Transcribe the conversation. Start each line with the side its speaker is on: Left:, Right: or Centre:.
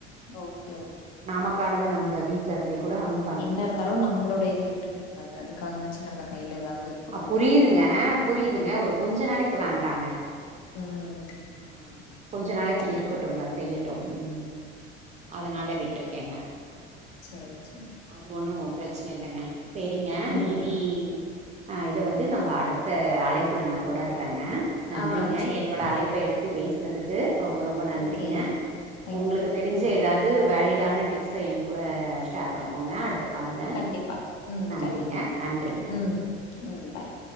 Left: ஓகே ஓகே
Right: நாமக்கானது நம்ப வீட்ல இருந்தே கூட ஆன்
Left: என்ன இருந்தாலு நம்ளோட இத வீட்டுக்குடுக் கூடாது அதுக வாச்சு நம்ம கையில ஏதாவது இரு
Right: அ புரியுதுங்க புரியுதுங்க ஒரு கொஞ்ச நாளைக்கு வேண்டாங்க
Left: ம்
Right: ஆ கொஞ்ச நாளைக்கு
Left: ஓகே
Right: இருக்கட்டுங்க
Left: ஓகே
Right: செய்யட்டு ம் அதனால விட்ருக்கேங்க
Left: சரி சரி
Right: அது ஒன்னு பிரச்சன இல்லங்க சரிங்க
Left: ம்
Right: மீதி ஆ இத வந்து நம்ப அடுத்த அழைப்புல நா தொடர்றேங்க நன்றிங்க
Left: ஆ சேரிங்க
Right: என்னோட
Left: ஓகே
Right: அழைப்ப எடுத் து பேசுனதுக்கு ரொம்ப ரொம்ப நன்றிங்க
Left: ஓகே தேங்க்யூ
Right: ஒங்களுக்கு தெரிஞ் ச ஏதாது வேலிடான டிப்ஸ எ கூட ஷேர் பண்ணிக்கோங்க அடுத்த கால்ல
Left: கண்டிப்பா ம்
Right: நன்றிங்க
Left: கண்டிப்பா
Right: நன்றிங்க
Left: ம்
Right: நன்
Left: ம் பாய்